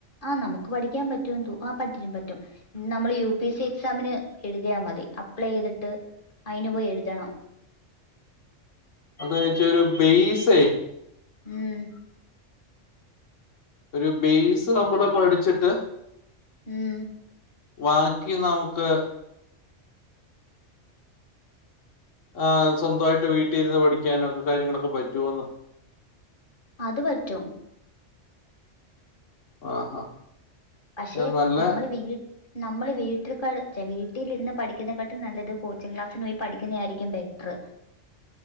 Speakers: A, on the left; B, on the left.
A: ആഹ് നമുക്ക് പഠിക്കാൻ പറ്റും ത ആ പറ്റും പറ്റും നമ്മള് യു പി എസ് സി എക്സാമിന് എഴുതിയാ മതി അപ്ലൈ ചെയ്തിട്ട് അതിന് പോയി എഴുതണം
B: അതാ വെച്ചാരു ബെയ്സേ.
A: ഉം
B: ഒരു ബേസ് നമ്മള് പടിച്ചിട്ട്.
A: ഉം
B: ബാക്കി നമുക്ക്. ആ സ്വന്തമായിട്ട് വീട്ടിലിരുന്ന് പഠിക്കാനൊക്കെ കാര്യങ്ങളൊക്കെ പറ്റോന്ന്.
A: അത് പറ്റും
B: ആഹാ.
A: പക്ഷെ
B: ഇത് നല്ല
A: നമ്മള് വീട് നമ്മൾ വീട്ടിലി വീട്ടിൽരുന്ന് പഠിക്കുന്നെക്കാട്ടും നല്ലത് കോച്ചിംഗ് ക്ലാസ്സിന് പോയി പഠിക്കുന്നതയിരിക്കും ബെറ്ററ്.